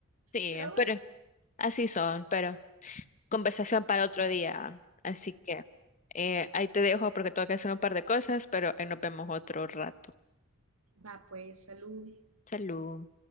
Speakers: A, on the left; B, on the right.
A: Sí,
B: Pero bueno,
A: pero así son, pero conversación para otro día. Así que eh, ahí te dejo porque tengo que hacer un par de cosas, pero ahí nos vemos otro rato.
B: va pues, salud.
A: Salud.